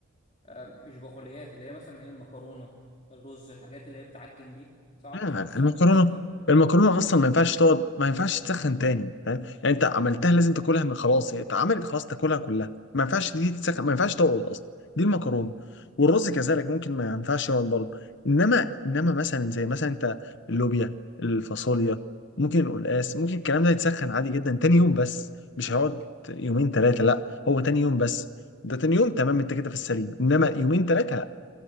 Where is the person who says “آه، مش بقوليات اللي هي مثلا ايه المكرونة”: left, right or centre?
Left